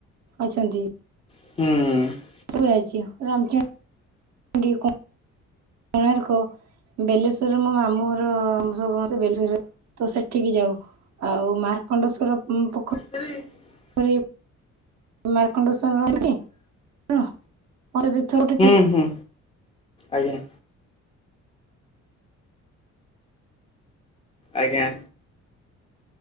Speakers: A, on the right; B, on the left.
A: ଅଛନ୍ତି।
B: ହୁଁ।
A: <unintelligible> କୋଣାର୍କ ବେଲେଶ୍ୱର ରେ ମୋ ମାମୁଘର ଆମେ ସମସ୍ତେ <unintelligible> ତ ସେଠିକି ଯାଉ। ଆଉ ମାର୍କଣ୍ଡେଶ୍ଵର ପ-ପୋଖରୀ
B: <unintelligible>
A: <unintelligible>
B: ହଁ। ଆଜ୍ଞା। ଆଜ୍ଞା।